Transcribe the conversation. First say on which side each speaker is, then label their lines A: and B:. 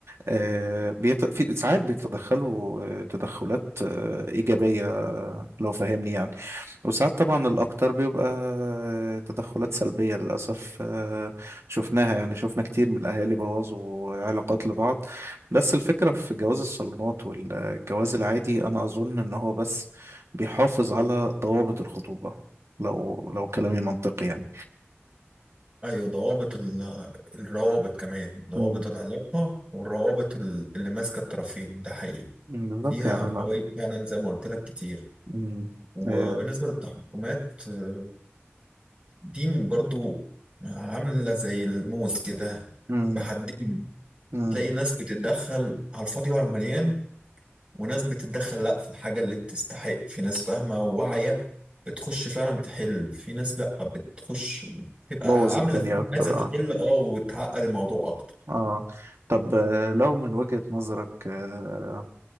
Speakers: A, on the right; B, on the right.
A: آه، بيت... في ساعات بيتدخلوا آه، تدخلات آه، إيجابية آه، لو فاهمني يعني وساعات طبعا الأكتر بيبقى آه، تدخلات سلبية للأسف آه، شفناها يعني شفنا كتير من الأهالي بوظوا علاقات لبعض بس الفكرة في جواز الصالونات والجواز العادي أنا أظن إن هو بس بيحافظ على ضوابط الخطوبة لو لو كلامي منطقي يعني
B: ايوه ضوابط ال- الروابط كمان ضوابط
A: مم.
B: العلاقه والروابط ال- اللي ماسكه الطرفين ده حقيقي
A: مم، بالظبط
B: فيها
A: يعني أنا
B: فوائد فعلا زي ما قلت لك كتير
A: مم.
B: وبالنسبه
A: آه،
B: للتحكمات آه، دي برضو عامله زي الموس كده
A: مم.
B: بحدين
A: مم.
B: تلاقي ناس بتتدخل على الفاضي وعلى المليان وناس بتتدخل لا في الحاجه اللي بتستحق في ناس فاهمه وواعيه بتخش فعلا تحل في ناس لا بتخش تبقى
A: بوظ
B: عامله
A: الدنيا
B: فيها
A: اكتر
B: عايزه تحل
A: اه
B: اه وتعقد الموضوع اكتر
A: اه طب آه، لو من وجهة نظرك آه